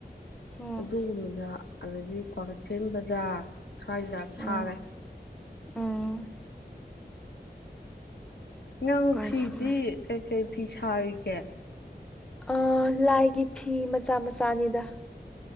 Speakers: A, in the centre; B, on the left.
A: ꯎꯝ
B: ꯑꯗꯨꯒꯨꯝꯕꯗ ꯑꯗꯒꯤ ꯀ꯭ꯋꯥꯛꯀꯩꯊꯦꯜ ꯕꯖꯥꯔ ꯁ꯭ꯋꯥꯏꯗ ꯊꯥꯔꯦ
A: ꯎꯝ ꯎꯝ
B: ꯅꯪ
A: ꯀꯥꯏ
B: ꯐꯤꯗꯤ
A: ꯆꯠꯂꯦ
B: ꯀꯩꯀꯩ ꯐꯤ ꯁꯥꯔꯤꯒꯦ
A: ꯑ ꯂꯥꯏꯒꯤ ꯐꯤ ꯃꯆꯥ ꯃꯆꯥꯅꯤꯗ